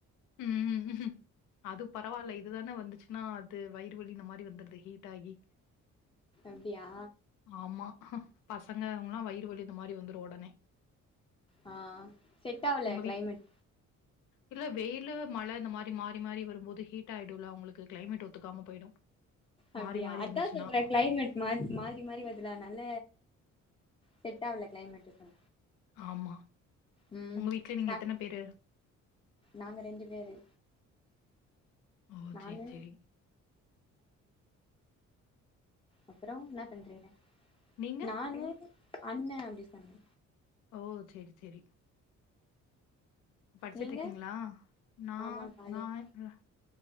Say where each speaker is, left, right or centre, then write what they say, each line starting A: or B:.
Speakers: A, on the left; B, on the left.
A: ம் ம் அது பரவால்ல இதுதானே வந்துச்சுன்னா அது வயிறு வலி இந்த மாறி வந்துருது ஹீட் ஆகி
B: அப்டியா
A: ஆமா பசங்க அவுங்கல்லா வயிறு வலி இந்த மாறி வந்துரும் உடனே
B: அ செட் ஆவலயா
A: உங்க
B: க்ளைமெட்
A: வீட் இல்ல வெயி லு மழ இந்த மாறி மாறி மாறி வரும்போது ஹீட் ஆயிடுல்ல அவங்களுக்கு கிளைமெட் ஒத்துகாம போயிடும்
B: அப்டியா
A: மாறி மாறி
B: அத்தா
A: வந்துச்சுன்னா.
B: சொல்றே கிளைமெட் மாத் மாறி மாறி வருதுல்ல அனால செட் ஆவல கிளைமெட்டுப்பா
A: ஆமா.
B: உம்
A: உங்க வீட்ல நீங்க
B: சாப்
A: எத்தன பேரு?
B: நாங்க ரெண்டு பேரு
A: ஓ
B: நானு
A: சேர் சேரி
B: அப்றோ என்ன பண்றீங்க
A: நீங்க?
B: நானு அண்ணே அப்டி சொன்னே
A: ஓ சேரி சேரி படிச்சுட்டு
B: நீங்க
A: இருக்கீங்ளா நா
B: ஆமா காலேஜ்
A: நா உட்றா